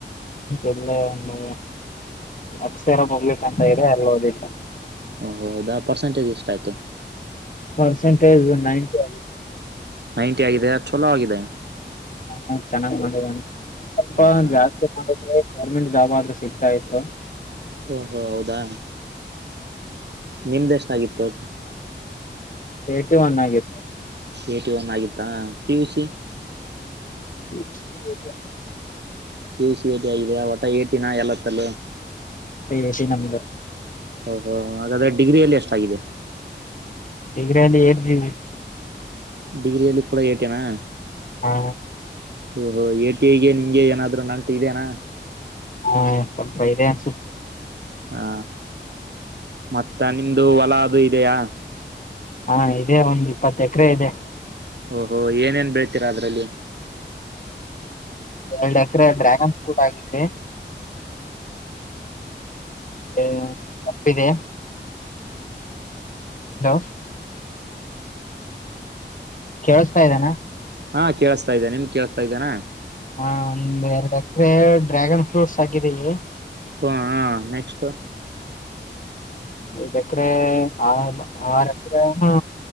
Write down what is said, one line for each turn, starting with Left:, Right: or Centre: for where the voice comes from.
Left: ಇಲ್ಲೇ ಒಂದು ಅಕ್ಷರ ಪಬ್ಲಿಕ್ ಅಂತ ಇದೆ ಅಲ್ಲಿ ಓದಿದು
Right: ಓ ಹೌದಾ ಪರ್ಸೆಂಟಜ್ ಎಷ್ಟು ಆಯತು
Left: ಪರ್ಸೆಂಟೇಜ್ ನೈನ್ಟಿ
Right: ನೈಂಟಿ ಆಗಿದೆ ಚಲೋ ಆಗಾಗಿದೆ
Left: ಹಾ ಚೆನ್ನಾಗ್ ಮಾಡಿದಾನೆ ಇನ್ನೊಂದ್ ಸ್ವಲ್ಪ
Right: ಹ ಹ
Left: ಜಾಸ್ತಿ ಮಾಡಿದ್ರೆ ಗೌರ್ಮೆಂಟ್ ಜಾಬ್ ಆದ್ರೂ ಸಿಗ್ತಾ ಇತ್ತು
Right: ಓಹೋ ಹೌದಾ ನಿಮ್ದ ಎಷ್ಟಾಗಿತ್ತು
Left: ಎಟಿ ಒನ್ ಆಗಿತ್ತು
Right: ಏಟಿ ಒನ್ ಆಗಿತ್ತಾ P U C
Left: P U C
Right: P U C ಟಿ ಆಗಿದೆ ಒಟ ಏಟಿನ ಎಲ್ಲತ್ತಲ್ಲ
Left: ಏಟಿ ನಂದು
Right: ಓ ಹೋ ಹಾಗಾದ್ರೆ ಡಿಗ್ರಿಯಲ್ಲಿ ಎಷ್ಟಾಗಿದೆ
Left: ಡಿಗ್ರಿ ಅಲ್ಲಿ ಏಟಿ
Right: ಡಿಗ್ರಿಯಲ್ಲಿ ಕೂಡ ಏಟೇನಾ
Left: ಹಾ
Right: ಓಹೋ ಎ ಟಿ ಐಗೆ ನಿಮಗೆ ಏನಾದ್ರು ನಂಟು ಇದೆನಾ
Left: ಹಾ ಸ್ವಲ್ಪ ಇದೆ ಅನಿಸುತ್ತೆ
Right: ಹಾ ಮತ್ತ ನಿಮ್ದು ಹೊಲ ಅದು ಇದೆಯಾ
Left: ಹಾ ಇದೇ ಒಂದ್ ಇಪ್ಪತ್ ಎಕರೆ ಇದೆ
Right: ಓಹೋ ಏನೇಏನ್ ಬೆೇಳ್ತೀರಾ ಅದ್ರಲ್ಲಿ
Left: ಎರಡ್ ಎಕರೆ ಡ್ರ್ಯಾಗನ್ ಫ್ರೂಟ್ ಆಗಿದ್ವಿ ಮತ್ತೆ ಕಬ್ಬಿದೆ ಹಲೋ ಕೇಳಿಸ್ತಾ ಇದ್ದೇನಾ
Right: ಹಾ ಕೇೇಳಸ್ತಾ ಇದ್ದೇನೆ ನಿಮ್ ಕೇಸ್ತಾ ಇದ್ದೇನಾ
Left: ಹಾ ಒಂದ್ ಎರಡು ಅಕರೆ ಡ್ರ್ಯಾಗನ್ ಫ್ರೂಟ್ಸ್ ಹಾಕಿದ್ದೀವಿ
Right: ಹ ಹ ನೆಕ್ಸ್ಟ್
Left: ಐದ್ ಎಕರೆ ಆರ ಎಕರೆ ಏನೋ